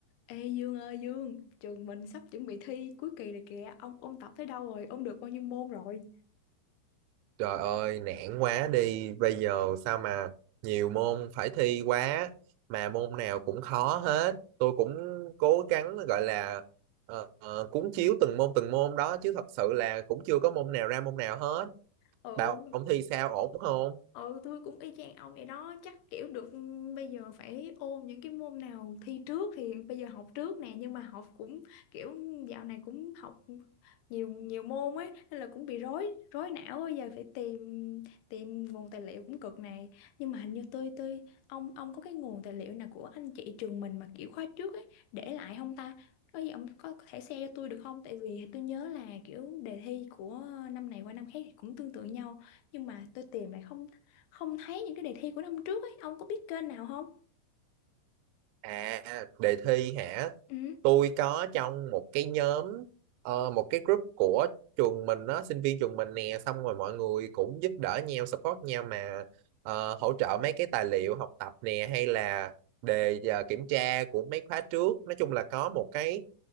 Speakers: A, on the left; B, on the right.
A: Ê Dương ơi Dương, trường mình sắp chuẩn bị thi cuối kỳ rồi kìa. Ông ôn tập tới đâu rồi? Ông được bao nhiêu môn rồi?
B: Trời ơi, nản quá đi. Bây giờ sao mà nhiều môn phải thi quá mà môn nào cũng khó hết. Tôi cũng cố gắng gọi là ờ, ờ, cuốn chiếu từng môn từng môn đó chứ thật sự là cũng chưa có môn nào ra môn nào hết.
A: Ừ.
B: Bảo ông thi sao ổn không?
A: ừ tôi cũng y chang ông vậy đó chắc kiểu được ừ, bây giờ phải ôn những cái môn nào thi trước thì bây giờ học trước nè nhưng mà học cũng kiểu dạo này cũng học nhiều nhiều môn ấy nên là cũng bị rối rối não ấy. giờ phải tìm tìm nguồn tài liệu cũng cực này nhưng mà hình như tôi tôi ông ông có cái nguồn tài liệu nào của anh chị trường mình mà kiểu khóa trước ấy để lại không ta có gì ông có thể share cho tôi được không tại vì tôi nhớ là kiểu đề thi của năm này qua năm khác thì cũng tương tự nhau nhưng mà tôi tìm lại không không thấy những cái đề thi của năm trước ấy ông có biết kênh nào không
B: À, đề thi hả?
A: ừ
B: tôi có trong một cái nhóm ờ, một cái group của trường mình đó sinh viên trường mình nè xong rồi mọi người cũng giúp đỡ nhau support nhau mà ờ, hỗ trợ mấy cái tài liệu học tập nè hay là đề ờ, kiểm tra của mấy khóa trước nói chung là có một cái